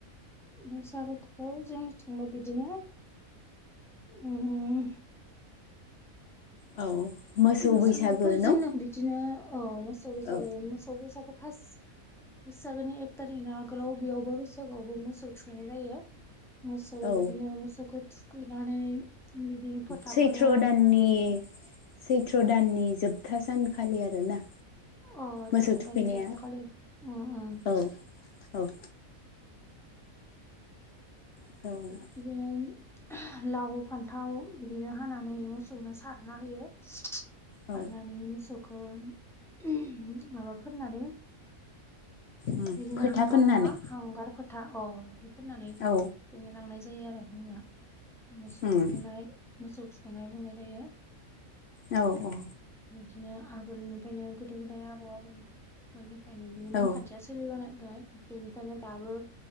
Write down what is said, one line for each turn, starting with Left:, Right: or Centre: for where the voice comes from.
Centre: बैसागोखौथ' जोंनिथिंबो बिदिनो उम।
Left: औ। मोसौ
Centre: बैसागोआवथ'
Left: बैसागो न'
Centre: जोंनियाव बिदिनो औ मोसौ बैसागो
Left: औ
Centre: मोसौ बैसागु फास्त। बैसागोनि एक थारिख आगोलाव बेयावबो बैसागोआवबो मोसौ थुखैनाय जायो। मोसौ
Left: औ
Centre: बिदिनो मोसौखौ थुखैनानै बिदिनो फोथा
Left: सैथ्र
Centre: फोनो ओमफाय
Left: दाननि सैथ्र दाननि जोबथा सानखालि आरो ना।
Centre: अ सैथ्र'
Left: मोसौ थुखैनाया
Centre: दाननि जोबथा खालि उम उम
Left: औ औ। औ।
Centre: बिदिनो लाव फान्थाव बिदिनो हानानै मोसौनो सारना होयो।
Left: औ
Centre: सारनानै मोसौखौ <unintelligible> माबा फोननानै
Left: उम
Centre: बिदिनो
Left: फोथा
Centre: हांगार
Left: फोननानै
Centre: नङा हांगार फोथा औ बिदि फोननानै
Left: औ
Centre: थुखैनो लांनाय जायो आरो जोंनिया मोसौ
Left: उम
Centre: थुखैनाय मोसौ थुखैनानै बुंनाय जायो।
Left: औ औ।
Centre: बिदिनो आगोलनिफायनो गोदो गोदाय आबौ आबौमोननिफायनो बेयो नेमखान्थि
Left: औ
Centre: सोलिबोनायखाय बेनिखायनो दाबो